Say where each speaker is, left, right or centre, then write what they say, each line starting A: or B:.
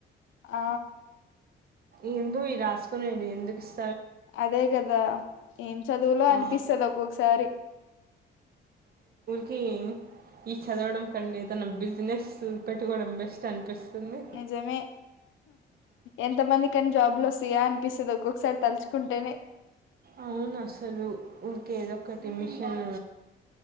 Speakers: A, on the left; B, on the right.
A: ఆ
B: ఏందో ఈ రాసుకునేది ఎందుకు ఇస్
A: అదే కదా ఏం చదువులో అనిపిస్తది
B: ఆ!
A: ఒక్కొక్కసారి
B: కి ఈ చదవడం కన్నా ఏదైనా బిజినెస్ పెట్టుకోవడం బెస్ట్ అనిపిస్ స్తుంది
A: నిజమే ఎంత మంది కని జాబ్లు వస్తాయా అనిపిస్తది ఒక్కొక్కసారి తలుచుకుంటేనే
B: అవునసలు ఊరకె ఏదో ఒకటిమిషన్